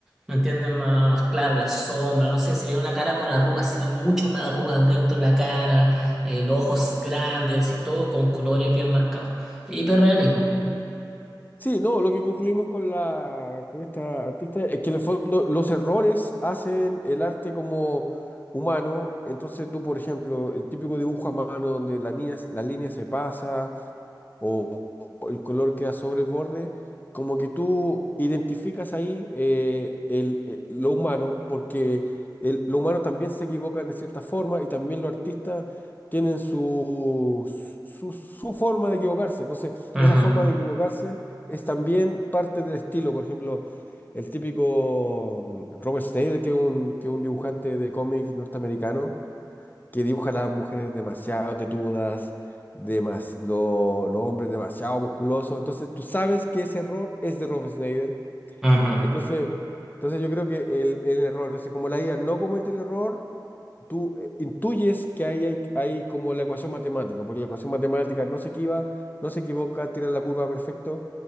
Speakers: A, in the centre; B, on the left (about 25°).
A: ¿me entiendes? Más, más claro, la sombra, no sé, si ve una cara con arrugas, se ven mucho las arrugas dentro de la cara, eh, los ojos grandes y todo con colores bien marcados. Hiperrealismo.
B: sí, no, lo que concluimos con la con esta artista es que en el fondo los errores hacen el arte como humano. Entonces tú, por ejemplo, el típico dibujo a mano donde la niña- la línea se pasa, o, o el color queda sobre el borde, como que tú identificas ahí eh, el, eh, lo humano, porque el, lo humano también se equivocan de cierta forma y también los artistas tienen su, su, su forma de equivocarse. Entonces,
A: Ajá,
B: esa forma de equivocarse es también parte del estilo. Por ejemplo, el típico mm, Robert Schneider, que es un, que es un dibujante de cómic norteamericano, que dibuja a las mujeres demasiado tetudas, demas- lo- los hombres demasiado musculosos. Entonces tú sabes que ese error es de Rob Schneider.
A: ajá,
B: Entonces, entonces yo creo que el, el error, entonces como la IA no comete el error, tú eh, intuyes que ahí hay, hay como la ecuación matemática, porque la ecuación matemática no se equiva, no se equivoca, tira la curva perfecto.